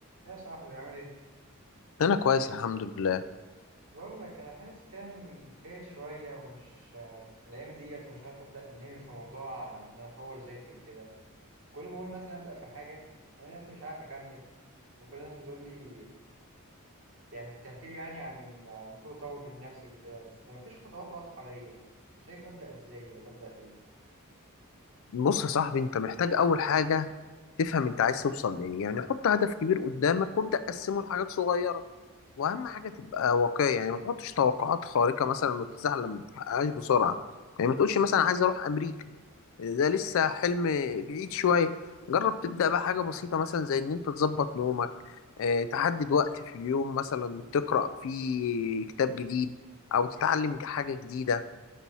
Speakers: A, on the right (about 65°); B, on the left (about 65°).
A: يا صاحبي عامل ايه؟
B: انا كويس الحمد لله
A: بقول لك انا حاسس كده اني تايه شويه ومش آه، الايام ديت ومش عارف ابدا منين في موضوع ان انا اطور ذاتي وكده كل ما اقول مثلا ابدا في حاجه انا نفسي مش عارف اكمل وكل الناس بتقول لي بتح- بتحكي لي يعني عن إن المفروض اطور من نفسي وكده بس مفيش خطوات واضحه ليا يعني انت شايف ابدا ازاي ولا ابدا بايه؟
B: بص يا صاحبي انت محتاج اول حاجه تفهم انت عايز توصل لايه يعني حط هدف كبير قدامك وابدا قسمه لحاجات صغيره واهم حاجه تبقى واقعي يعني ما تحطش توقعات خارقه مثلا وتزعل لما ما تحققهاش بسرعه يعني ما تقولش مثلا عايز اروح امريكا ده لسه حلم بعيد شويه جرب تبدا بقى حاجه بسيطه مثلا زي ان انت تظبط نومك اه تحدد وقت في اليوم مثلا تقرا فيه كتاب جديد او تتعلم حاجه جديده